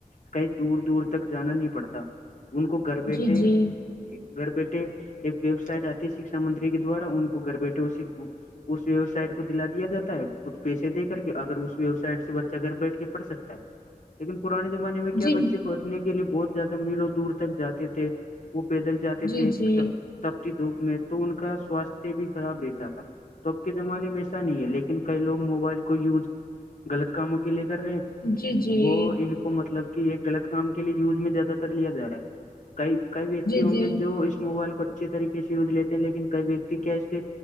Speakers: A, on the left; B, on the left.
A: کہیں دور دور تک جانا نہیں پڑتا ان کو گھر بیٹھے
B: جی جی
A: گھر بیٹے ایک ویب سائٹ آتی ہے شکشا منتری کے دوارا ان کو گھر بیٹھے اس ویب سائٹ کو دلا دیااتا ہے کچھ پیسے دے کر کے اگر اس ویب سائٹ سے بچہ گھر بیٹھ کے پڑھکتا ہے لیکن پرانے زمانے میں کیا
B: جی
A: بچے پڑھنے کے لیے بہت زیادہ میلوں دور تک جاتے تھے وہ پیدل جاتے
B: جی
A: تھے
B: جی
A: تپتی دھوپ میں تو ان کا سواستھ بھی خراب رہتا تھا تو اب کے زمانے میں ایسا نہیں ہے لیکن کئی لوگ موبائل کو یوز غلط کاموں کے لیے کر رہے ہیں
B: جی جی جی
A: وہ ان کو مطلب کہ ایک غلط کام کے لیے یوز میں زیادہ تر لیا جا رہا ہے کئی کئی ویکتی ہوں
B: جی
A: گے جو اس موبائل کو اچھے طریقے سے یوز لیتے ہیں لیکن کئی ویکتی کیسے